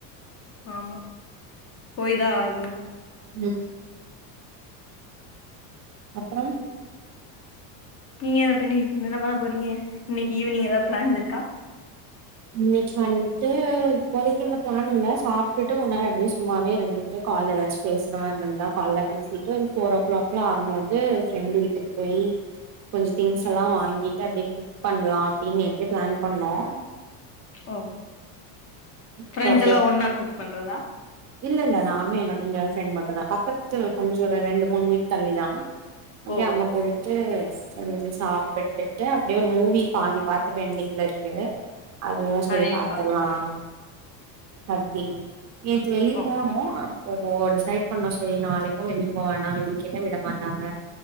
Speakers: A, on the left; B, on the right.
A: ஆமா போய தான் ஆகணும்
B: உம் அப்புறம்
A: நீங்க என்த பண்ணி என்ன பண்ண போறீங்க இன்னைக்கு ஈவினிங் ஏதாவது பிளான்ஸ் இருக்கா
B: இன்னைக்கு வந்துட்டு போதைக்குன்ன பிளான் இல்ல சாப்பிட்டுட்டு உன்னா அப்படியே சும்மாவே இருந்துட்டு காலைல வச்சு பேசுறவா இரு தான் கால பேசிட்டு ஒரு ஃபோர் ஓ கிளாக்ல ஆகபோது ஃரெண்டு வீட்டுக்கு போய் கொஞ்சம் திங்ஸ் எல்லாம் வாங்கிட்டு அப்படியே குக் பண்ணலாம் அப்படின்னு நத்த பிளான் பண்ணோம்
A: ஓ பிரெஞ
B: இப்ப அப்டியே
A: எல்லாம் ஒன்னா குக் பண்றதா
B: இல்ல இல்ல நானே என்னோட மட்டும் தான் பக்கத்து கொஞ்சம் ஒரு ரெண்டு மூணு மீட் தள்ளிதான் அப்படியே
A: ஓ
B: அங்க போயிட்டு செஞ்சு சாப்பிட்டுட்டு அப்படியே ஒரு மூவி பாதி பாார்த்து வெண்டிங இருக்கு அதுாம் சரி
A: அதையு
B: பத்துிரலாம்
A: பாக்கணு
B: அ நேற்று வெளியே
A: ஓ
B: போனும் ஓ டிசைட் பண்ணா சரி நாளைக்கும் வெளியே போவேன்னா வெளிய கேட்டன் விட மாட்டாங்க